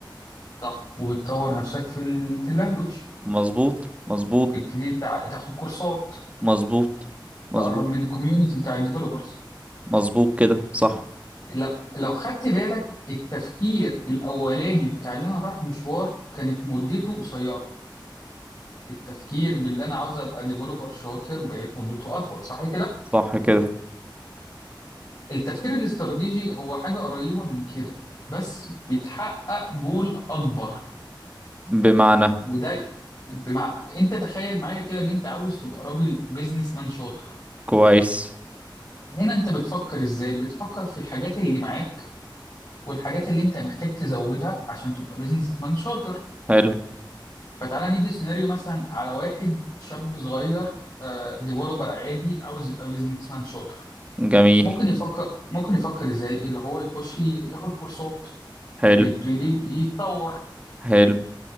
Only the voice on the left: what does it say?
صح وبتطور نفسك في ال... في اللانجوج
تبتدي تع... تاخد كورسات
تقرب من الكوميونتي بتاع الديفلوبرز
لو... لو خدت بالك التفكير الاولاني بتاع اللي انا رايح مشوار كانت مدته قصيره التفكير باللي انا عاوز ابقى ديفلوبر شاطر بقت مدته اطول صح كده
التفكير الاستراتيجي هو حاجة قريبة من كده بس بتحقق جول أكبر
وده بمعنى أنت تخيل معايا كده اللي أنت عاوز تبقى راجل بيزنس مان شاطر
هنا أنت بتفكر إزاي؟ بتفكر في الحاجات اللي معاك والحاجات اللي أنت محتاج تزودها عشان تبقى بيزنس مان شاطر
فتعالى ندي سيناريو مثلا على واحد شاب صغير ديفلوبر عادي عاوز يبقى بيزنس مان شاطر
ممكن يفكر ممكن يفكر إزاي اللي هو يخش ياخد كورسات
يبتدي يتطور